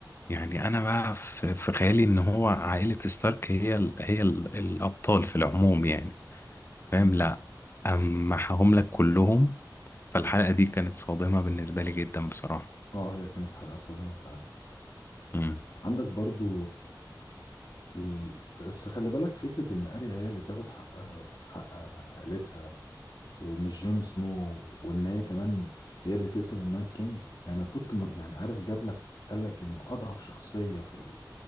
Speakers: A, on the left (about 30°); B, on the left (about 50°).
A: يعني انا بقى في في خيالي ان هو عائلة ستارك هي ال... هي ال... الابطال في العموم يعني فاهم
B: امم
A: لا اما محاهم لك كلهم فالحلقة دي كانت صادمة بالنسبة لي جدا بصراحة
B: اه هي كانت حلقة صادمة فعلا
A: امم.
B: عندك برضو ال... بس خلي بالك فكرة إن أريا هي اللي تاخد حقها حق عائلتها ومش جون سنو وإن هي كمان هي اللي تقتل النايت كينج يعني أنا كنت م... يعني عارف جاب لك قال لك إنه أضعف شخصية في ال-